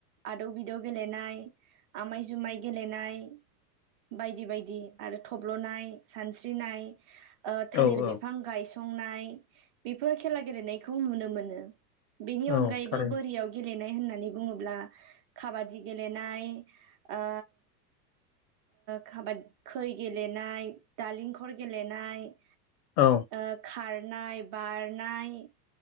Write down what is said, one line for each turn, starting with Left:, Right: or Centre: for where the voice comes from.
Right: आदौ बिदौ गेलेनाय आमाय जुमाय गेलेनाय बायदि बायदि। आरो थब्लनाय सानस्रिनाय। ओ थालिर
Left: औ औ
Right: बिफां गाय संनाय बेफोर खेला गेलेनायखौ नुनो मोनो। बेनि
Left: औ
Right: अनगायैबो
Left: थारैनो
Right: बोरियाव गेले गेलेनाय होननानै बुङोब्ला काबादि गेलेनाय ओ खाबादि खै गेलेनाय दालिंखर गेलेनाय। उम
Left: औ
Right: उम खारनाय बारनाय।